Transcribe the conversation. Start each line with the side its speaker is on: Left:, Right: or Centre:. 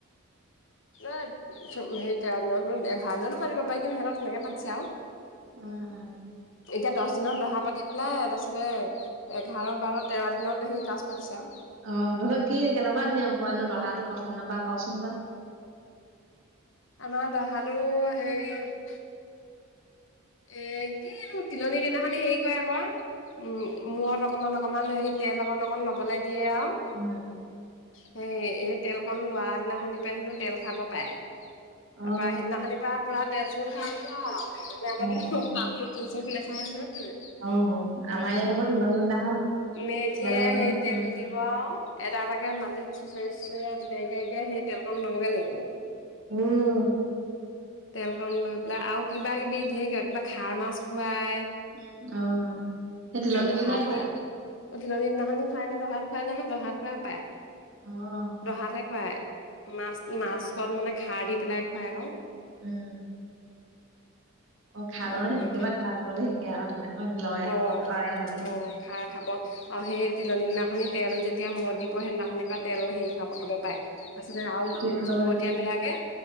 Left: সেই হেৰি তেৰ দিনটো এঘাৰ দিনটো পাতিব পাৰিব পাই কিন্তু সেহত তেনেকে পাতিছে আও।
Right: অ অ
Left: এতিয়া দহ দিনত দহা পাতি পেলাই তাৰ পিছতে এঘাৰ বাৰ তেৰ দিনত সেই কাজ পাতিছে আও।
Right: অ', তহঁতৰ কি কেনেকুৱা নিয়ম কৰেনো দহাটো প্ৰথম দিন পা কচোন তই।
Left: আমাৰ দহাটো হেৰি এ, কি নো তিলনীৰ দিনাখনি হেৰি কৰে আক। উম, মূৰত অকমান অকমান হেৰি তেল অকন অকণ লবলে দিয়ে আও
Right: উম,
Left: সেই এই তেল কন লোৱাৰ দিনা সনি পাই হেনো তেল খাব পাৰে তাৰ
Right: অ',
Left: পৰা সিদিনাখনিৰ পৰা পুৰা তেল-চেল খোৱা আৰম্ভ আৰু ইমা <unintelligible>
Right: অ', অ', আমাৰ ইয়াত আকৌ তুলনি দিনাখন
Left: মেধে
Right: বেলেগ
Left: আহ হেই
Right: হয়।
Left: তেল
Right: উম।
Left: দি <unintelligible> এটা এটাকে মাটিত চুচৰি চুঁচৰি আৰু আঁঠু কাঢ়ি কাঢ়ি সেই তেলকন ল'বগে লাগিব।
Right: উম,
Left: তেলকণ লৈ পেলাই আৰু কিবা কিবি ঢেৰ কিবা কিবা খাৰ মাছ খুৱায়
Right: অ', সেই তিলনী
Left: এ দহাতে
Right: দিনাই খুৱাই
Left: নে অ', তিলনি দিনাখনি খোৱাই নে দহাত খোৱাই জানো দহাত খোৱাই হপায়।
Right: অ',
Left: দহাতহে খুৱায় মাছ মাছত
Right: অ',
Left: মানে খাৰ দি পেলাই খুৱায় আকৌ।
Right: উম, অ খাৰ
Left: নানো
Right: তাৰমানে সেইটো
Left: এইবোৰ
Right: কেতিয়াবা খাৰ খাবলে শিকে আও তেনে লয়
Left: অ
Right: পা পাৰে মানে
Left: অ', খাৰ খাব। অ সেই তিলনীৰ দিনাখনি তেল যেতিয়া মূৰত দিব সেইদিনাখনিৰ পৰা তেল হেৰি খাব খাব পাৰে। তাৰপিছতে আও
Right: ঠিক বাবা,
Left: চবতীয় বিলাকে